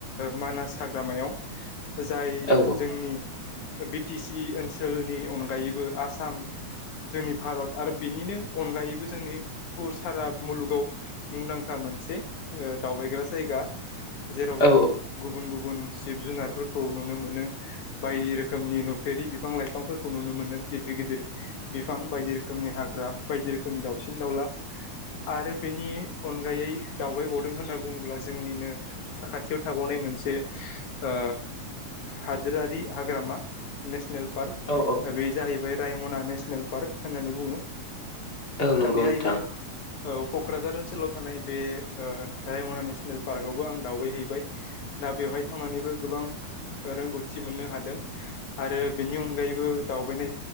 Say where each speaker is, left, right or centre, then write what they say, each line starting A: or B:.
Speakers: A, on the left; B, on the left.
A: मानास हाग्रामायाव जाय
B: औ
A: जोंनि बि टि सि ओनसोलनि अनगायैबो आसाम जोंनि भारत आरो बिनिनो अनगायैबो जोंनि फुर सारा मुलुगाव मुंदांखा मोनसे ओ दावबाय ग्रा जायगा जेराव जों
B: औ
A: गुबुन गुबुन जिब जुनारफोरखौ नुनो मोनो बायदि रोखोमनि नुफेरि बिफां लाइफांफोरखौ नुनो मोनो गिदिर गिदिर बिफां बायदि रोखोमनि हाग्रा बायदि रोखोमनि दाउसिन दाउला आरो बेनि अनगायै दावबायबावदों होनना बुङोब्ला जोंनिनो साखाथियाव थाबावनाय मोनसे ओ हादोरारि हाग्रामा नेसनेल पार्क
B: औ औ
A: बे जाहैबाय रायमना नेसनेल पार्क होननानै बुङो
B: औ नंगौ
A: दा बेहायबो
B: नोंथां
A: औ क'क्राझार ओनसोलाव थानाय बे ओ रायमना नेसनेल पार्कआवबो आं दावबायहैबाय दा बेवहाय थांनानैबो गोबां रोंगौथि मोननो हादों आरो बेनि अनगायैबो दावबायनाय